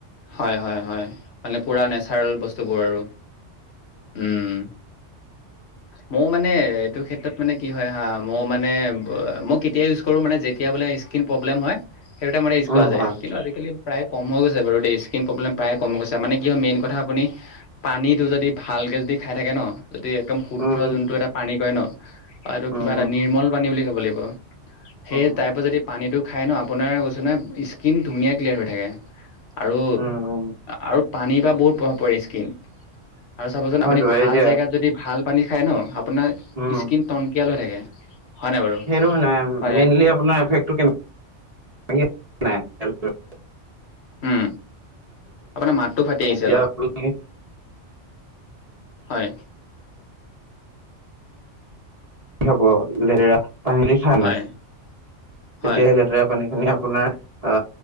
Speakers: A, on the left; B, on the right.
A: হয় হয় হয় মানে পুৰা নেচাৰেল বস্তুবোৰ আৰু। উম। মই মানে এইটো ক্ষেত্ৰত মানে কি হয় হা, মই মানে মই কেতিয়া ইউজ কৰোঁ মানে যেতিয়া বোলে স্কিন প্ৰব্লেম হয়ে হেইটো টাইমতে ইউজ
B: উম
A: কৰা যায়,
B: হয়
A: কিন্তু আজিকালি প্ৰায় কম হৈ গৈছে বাৰু দেই স্কিন প্ৰব্লেম প্ৰায় কম হৈ গৈছে, মানে কি হয় মেইন কথা আপুনি পানীটো যদি ভাল লিগেলকে দি খাই থাকে ন যদি একদম শুদ্ৰ
B: উম উম
A: যোনটো এটা পানী কৰে ন' এইটো
B: উম
A: কিবা এটা
B: উম
A: নিৰ্মল পানী বুলি ক'ব লাগিব। সেই
B: উম
A: টাইপৰ যদি পানীটো খাই ন' আপোনাৰ কৈছোঁ ন' স্কিন ধুনীয়া ক্লিয়াৰ হৈ থাকে। আৰু
B: উম উম
A: আৰু পানীৰপা বহুত প্ৰভাৱ পৰে স্কিন। আৰু চাবচোন
B: হয়তো
A: আপুনি ভাল
B: এতিয়া
A: জেগাত যদি ভাল পানী খায় ন' আপোনাৰ
B: উম
A: স্কিন টনকিয়াল হৈ থাকে। হয় নাই বাৰু
B: সেইটো মানে
A: হয়
B: মেইনলি আপোনাৰ এফেক্টো নাই তাৰপিছত
A: উম, আপোনাৰ মাতটো ফাটি আহিছে
B: এতিয়া
A: অলপ।
B: আপুনি
A: হয়।
B: কি হ'ব লে পানী লৈ খাই
A: হয়
B: না?
A: হয়
B: তেতিয়া এই লেতেৰা পানীখিনি আপোনাৰ আ,